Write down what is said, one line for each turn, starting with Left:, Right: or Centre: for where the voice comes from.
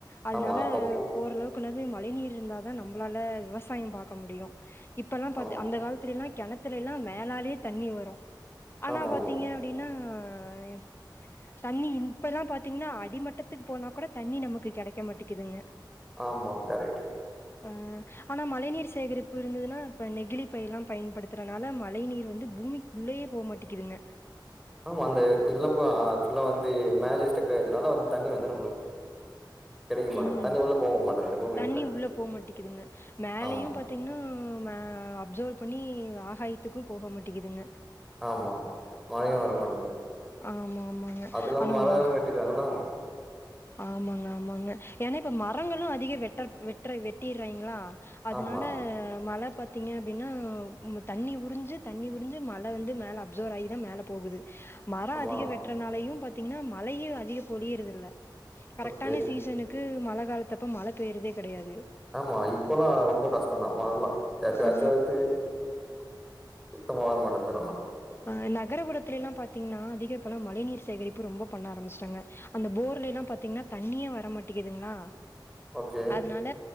Left: அதனால
Centre: ஆமா அப்பப்போ
Left: ஓரளவுக்குனாது மழ மழை நீர் இருந்ததா நம்ளால விவசாயோ பாக்க முடியு இப்பெல்லா பாத்து
Centre: ஆமா
Left: அந்த காலத் திலல்லா கெணத்துலல்லாலா மேலாலியே தண்ணி வரு ஆனா
Centre: ஆமா ஆமா
Left: பாத்திங்க அப்டின்னா <unintelligible> தண்ணி இப்பெல்லா பாத் பாத்திங்ன்னா அடிமட்டத்துக்கு போனா கூட தண்ணி நமக்கு கெடைக்க மாட்டேக்குதுங்க
Centre: ஆமா கரெட்டு
Left: ப ஆனா மழை நீீர் சேகரிப்பு இருந்துதுன்னா இப்ப நெகிழிப்பைலா பயன்படுத்துறனால மழை நீர் வந்து பூமிக் குள்ளெயே போ மாட்டக்கிதுங்க
Centre: ஆமா அந்த இதெல்லா போகா ஆ ஃபுல்லா வந்து மேலே ஸ்டெக் ஆயிறதுனால வந்து தண்ணி வந்து நம்மளுக்கு கெடைக்க மாட்டேங்குது
Left: ம்
Centre: தண்ணி உள்ள போக மாட்டேங்குது பூமிக்குள்ள
Left: தண்ணி உள்ள போ மாட்டக்கிதுங்க மேலையு
Centre: ஆமா
Left: பாத் தீங்னா ம அப்சர்வ் பண்ணி ஆகாயத்துக்கூ போக மாட்டக்கிதுங்க
Centre: ஆமா மழையு வரமாட்டந்து
Left: ஆமா ஆமாங்க
Centre: அது இல்லாம
Left: ஆனா
Centre: மலவு
Left: ஒ
Centre: வெட்டிக்காங்களா
Left: ஆமாங்க ஆமாங்க ஏனா இப்ப மரங்களு அதிக வெட்டர் வெட்ற வெட்டிறாய்ங்களா அதுனால
Centre: ஆமா
Left: மழ பாத் தீங்க அப்டின்னா ம் தண்ணி உறிஞ்சு தண்ணி உறிஞ்சு மழ வந்து மேல அப்சோர் ஆகிதா மேல போகுது மரொ
Centre: ஆமா
Left: அதிக வெட்டுறனாலயு பாத்தீங்னா மழையு அதிக பொழியறதில்ல கரெக்டான
Centre: ஓகே
Left: சீசனு க்கு மழ காலத்தப்ப மழ பேய்றதே கெடையாது
Centre: ஆமா இப்பல்லா ரொம்ப கஷ்டந்தா மழலா எப்பயாச்சு
Left: ஆ
Centre: வருது சுத்தமா வரமாட்டன்து இந்தடலா
Left: அ நகரபுரத்துலல்லா பாத்தீங்னா அதிக இப்பல்லா மழை நீர் சேகரிப்பு ரொம்ப பண்ண ஆரமிச்சுட்டாங்க அந்த போர்லெலா பாத்தீங்ன்னா தண்ணியே வர மாட்டேக்கிதுங்ளா
Centre: ஓகே
Left: அதுனால